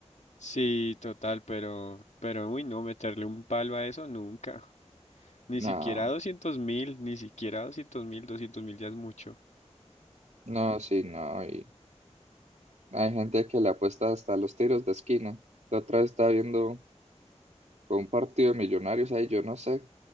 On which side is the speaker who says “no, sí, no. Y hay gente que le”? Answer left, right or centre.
Right